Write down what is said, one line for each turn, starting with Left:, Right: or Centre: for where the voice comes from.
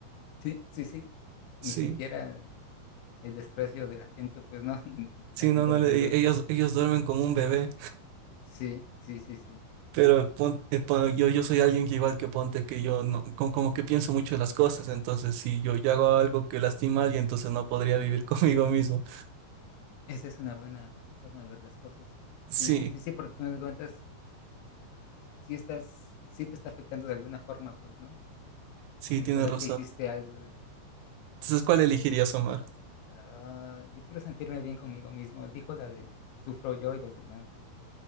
Left: Sí, sí, sí. Ni
Right: Sí,
Left: siquiera el, el desprecio de la gente, pues no, <laughs>
Right: sí,
Left: la gente
Right: no, no
Left: también
Right: le-
Left: los...
Right: e- ellos, ellos duermen como un bebé,
Left: Sí, sí, sí, sí.
Right: pero pon- eh, pon- yo, yo soy alguien que igual que ponte que yo no, co- como, que pienso mucho de las cosas, entonces si yo, yo hago algo que lastima a alguien, entonces no podría vivir <laughs> conmigo mismo.
Left: Esa es una buena forma de ver las cosas. Sí,
Right: Sí,
Left: sí, sí, porque al final de cuentas, sí estás, sí te está afectando de alguna forma, pues, ¿no?
Right: sí,
Left: El
Right: tienes
Left: saber
Right: razón.
Left: que hiciste algo de,
Right: Entonces, ¿cuál elegirías, Omar?
Left: "Ah, yo quiero sentirme bien conmigo mismo. Él dijo la de, sufro yo y los demás,